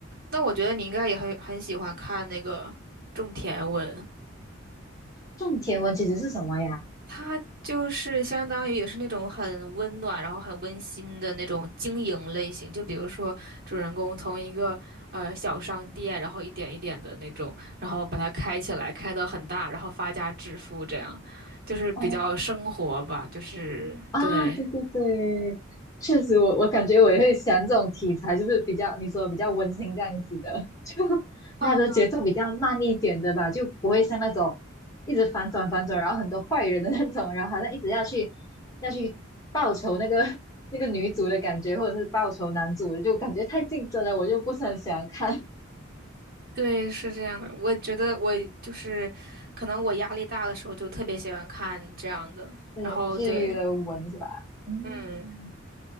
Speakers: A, on the right; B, on the left.
A: 那我觉得你应该也很很喜欢看那个种田文。
B: 种田文其实是什么呀？
A: 它就是相当于也是那种很温暖，然后很温馨的那种经营类型。就比如说，主人公从一个呃小商店，然后一点一点的那种，然后把它开起来，开得很大，然后发家致富，这样就是比较生活吧，
B: 哦，
A: 就是对。
B: 啊，对对对，确实我，我感觉我也会喜欢这种题材，就是比较你说比较温馨这样子的，<laughs> 就
A: 啊，
B: 它的节奏比较慢一点的吧，就不会像那种一直反转反转，然后很多坏人的那种，然后好像一直要去要去报仇那个 <laughs> 那个女主的感觉，或者是报仇男主，就感觉太竞争了，我就不是很喜欢看
A: 对，是这样的。我觉得我就是，可能我压力大的时候就特别喜欢看这样的。
B: <laughs> 那种治愈的文是吧？
A: 然后对，
B: 嗯。
A: 嗯。